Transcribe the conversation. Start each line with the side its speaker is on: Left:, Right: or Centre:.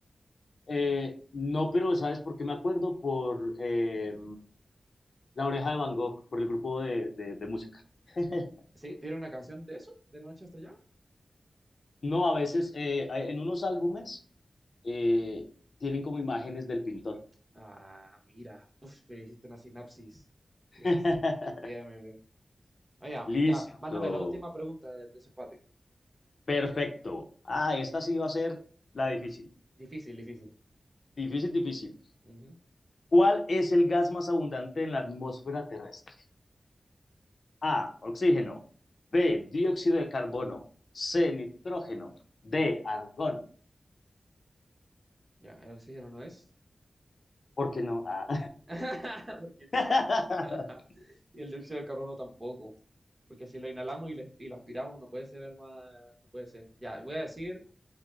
Left: Eh, no, pero ¿sabes por qué me acuerdo? Por eh, La Oreja de Van Gogh, por el grupo de, de- de música. <laughs>
Right: Sí, tiene una canción de eso, de Noche Estrellada.
Left: No, a veces eh, hay- en unos álbumes eh, tienen como imágenes del pintor.
Right: Ah, mira. Uf, pero hiciste una sinapsis.
Left: <laughs>
Right: Lejísimo. Bien, bien, bien. Ah, ya,
Left: Listo,
Right: ya. Mándame la última pregunta del desempate.
Left: perfecto. Ah, esta sí va a ser la difícil.
Right: Difícil, difícil.
Left: Difícil, difícil.
Right: Ujú.
Left: ¿Cuál es el gas más abundante en la atmósfera terrestre? A. Oxígeno. B. Dióxido de carbono. C. Nitrógeno. D. Argón.
Right: Ya, el oxígeno no es.
Left: ¿Por qué no? Ah.
Right: <laughs> ¿Por qué no?
Left: <laughs>
Right: <laughs> Y el dióxido de carbono tampoco. Porque si lo inhalamos y lo, y lo aspiramos, no puede ser el más. No puede ser. Ya, voy a decir.